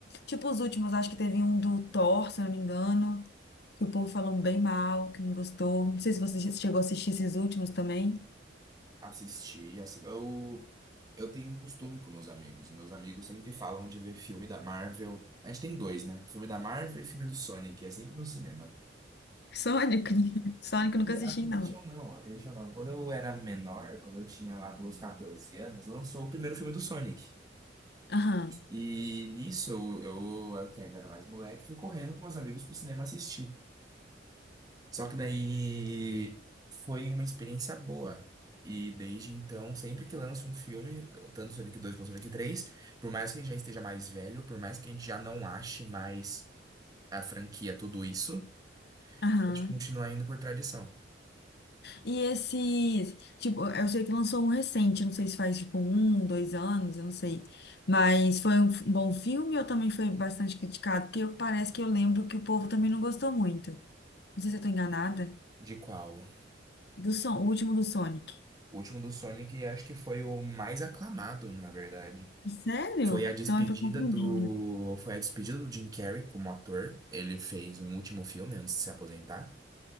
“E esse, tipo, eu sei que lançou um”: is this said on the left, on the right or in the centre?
Left